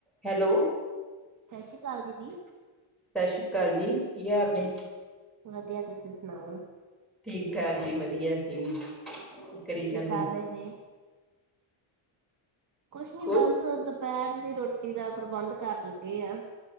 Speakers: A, in the centre; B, on the right (about 35°).
A: Hello
B: ਸਤਿ ਸ੍ਰੀ ਅਕਾਲ ਦੀਦੀ
A: ਸਤਿ ਸ਼੍ਰੀ ਅਕਾਲ ਜੀ ਕੀ ਹਾਲ ਨੇ
B: ਵਧੀਆ ਤੁਸੀਂ ਸੁਣਾਓ
A: ਠੀਕ ਠਾਕ ਜੀ ਵਧੀਆ ਅਸੀਂ ਵੀ ਕਰੀ
B: ਕੀ
A: ਜਾਂਦੇ
B: ਕਰ ਰਹੇ ਜੇ ਕੁਛ ਨੀ
A: ਕੋਲ
B: ਬਸ ਦੁਪਹਿਰ ਦੀ ਰੋਟੀ ਦਾ ਪ੍ਰਬੰਧ ਕਰਨ ਲੱਗੇ ਆ